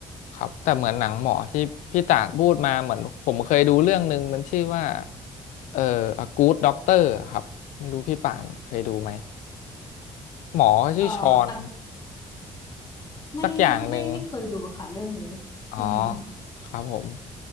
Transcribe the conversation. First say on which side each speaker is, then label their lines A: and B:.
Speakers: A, on the left; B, on the left.
A: ครับแต่เหมือนหนังหมอที่พี่ต่างพูดมาเหมือนผมเคยดูเรื่องหนึ่งมันชื่อว่าเอ่อ A Good Doctor ครับไม่รู้พี่ป่านเคยดูไหมหมอชื่อชอน
B: เอ่ออ่ะไม่ไม่ไม่เคยดูค่ะเรื่องนี้อือหือ
A: สักอย่างหนึ่ง อ๋อครับผม